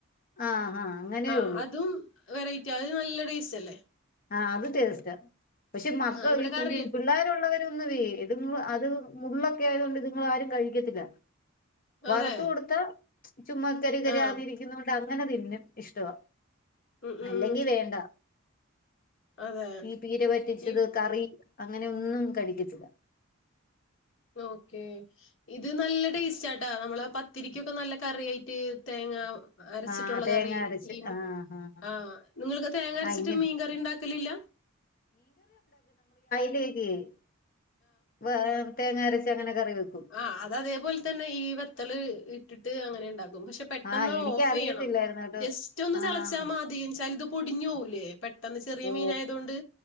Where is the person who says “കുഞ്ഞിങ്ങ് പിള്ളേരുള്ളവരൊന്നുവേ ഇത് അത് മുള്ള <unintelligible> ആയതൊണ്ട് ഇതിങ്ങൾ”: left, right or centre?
Left